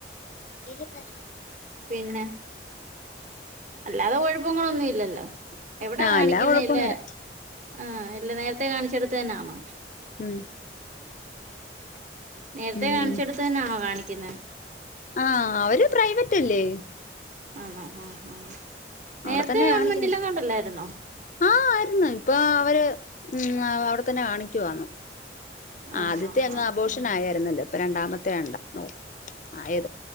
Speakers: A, on the left; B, on the right.
A: ആഹ്
B: പിന്നെ അല്ലാതെ കുഴപ്പങ്ങളൊന്നും ഇല്ലല്ലോ എവിടാ
A: ആഹ്
B: കാണിക്കിന്നെ
A: അല്ലാ കൊഴപ്പൊന്നുല്ല
B: ഇല്ലെ ആ ഇല്ല നേര്ത്തെ കാണിച്ചെട്ത്ത് തന്നെയാന്നോ?
A: ഉം
B: നേര്ത്തെ
A: ഉം
B: കാണിച്ചെട്ത്ത് തന്നെയാണോ കാണിക്കിന്നെ?
A: ആഹ് അവര് പ്രൈവെറ്റ് അല്ലെ?
B: ആന്നോ? ആഹ് ആഹ് നേര്ത്തെ
A: അവിടെ തന്നെ
B: ഗവൺമെന്റിലാ
A: കാണിക്കുന്നത്
B: എങ്ങാണ്ട് അല്ലായിരുന്നോ?
A: ആഹ് ആയിര്ന്ന് ഇപ്പൊ അവര് ഉം അവ അവ്ടെ തന്നെ കാണിക്കുവാന്ന്.
B: ആഹ്
A: ആദ്യത്തെ
B: ആഹ്
A: അങ്ങ്
B: ആഹ്
A: അബോഷെൻ ആയായിര്ന്നല്ലോ ഇപ്പം രണ്ടാമത്തെ ആണല്ലോ നോ ആയെത്